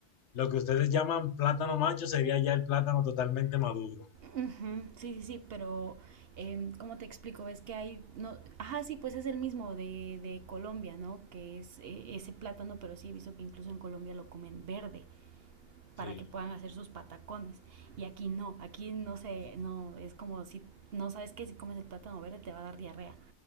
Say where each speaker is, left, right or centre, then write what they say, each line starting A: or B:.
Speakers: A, on the left; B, on the right.
A: lo que ustedes llaman plátano macho sería ya el plátano totalmente maduro.
B: Ujú, Sí, sí, sí, pero em, ¿cómo te explico? Es que hay, no, ajá, sí, pues es el mismo de, de Colombia, ¿no? Que es eh, ese plátano, pero sí he visto que incluso en Colombia lo comen verde para
A: Sí.
B: que puedan hacer sus patacones. Y aquí no, aquí no sé, no, es como si no sabes que si comes el plátano verde te va a dar diarrea.